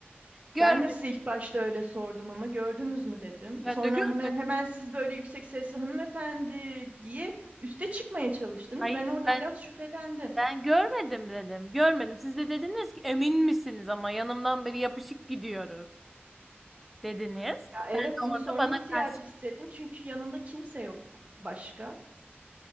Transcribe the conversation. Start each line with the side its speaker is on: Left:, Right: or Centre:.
Centre: görmedim.
Right: Ben de size ilk başta öyle sordum ama gördünüz mü dedim.
Centre: Ben
Right: Sonra
Centre: de görmedim.
Right: hemen, hemen siz böyle yüksek sesli hanımefendi diye üste çıkmaya çalıştınız.
Centre: Hayır
Right: Ben orada
Centre: ben
Right: biraz şüphelendim.
Centre: ben görmedim dedim. Görmedim. Siz de dediniz ki emin misiniz ama yanımdan beri yapışık gidiyoruz dediniz.
Right: Evet
Centre: Ben de
Right: bunu
Centre: orada
Right: sorma
Centre: bana
Right: ihtiyacı
Centre: karşı
Right: hissettim çünkü yanımda kimse yok başka.